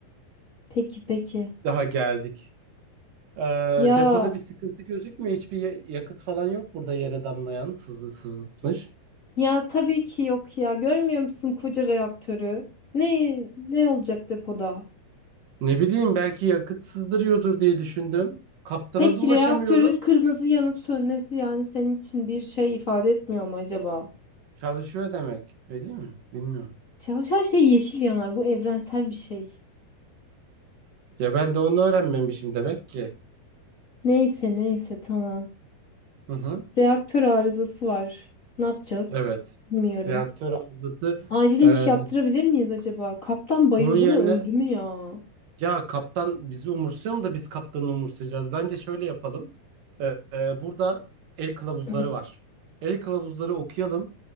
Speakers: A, on the left (about 80°); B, on the right (about 60°).
A: Peki peki.
B: Daha geldik. Ee,
A: Ya
B: depoda bir sıkıntı gözükmüyor. Hiçbir ya- yakıt falan yok burada yere damlayan sızı, sızmış.
A: ya tabii ki yok ya. Görmüyor musun koca reaktörü? Ne ne olacak depoda?
B: Ne bileyim belki yakıt sızdırıyordur diye düşündüm. Kaptana
A: Peki
B: da ulaşamıyoruz.
A: reaktörü kırmızı yanıp sönmesi yani senin için bir şey ifade etmiyor mu acaba?
B: Çalışıyor demek. Öyle değil mi? Bilmiyorum.
A: Çalışan şey yeşil yanar. Bu evrensel bir şey.
B: Ya ben de onu öğrenmemişim demek ki.
A: Neyse neyse tamam.
B: Hı hı.
A: Reaktör arızası var. Ne yapacağız?
B: Evet.
A: Bilmiyorum.
B: Reaktör arızası.
A: Acil iniş
B: Ee,
A: yaptırabilir miyiz acaba? Kaptan bayıldı
B: onun yerine
A: mı öldü mü ya?
B: Ya kaptan bizi umursuyor mu da biz kaptanı umursayacağız? Bence şöyle yapalım. Ee, e, burada el kılavuzları
A: <clears throat>
B: var. El kılavuzları okuyalım.